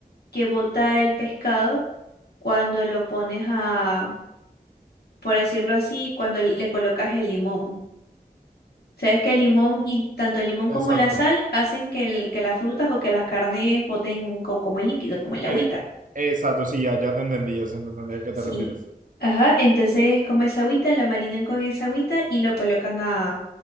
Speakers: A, on the left; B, on the right.
A: que bota el pescado cuando lo pones a, por decirlo así, cuando le colocas el limón. Sabes que el limón y tanto el limón como
B: Exacto,
A: la sal hacen que, el- que las frutas o que las carnes boten co- como el líquido, como el
B: eh,
A: agüita.
B: exacto, sí, ya, ya te entendí, ya se entendí a qué
A: Sí.
B: te refieres.
A: Ajá, entonces como esa agüita, la marinan con esa agüita y lo colocan a,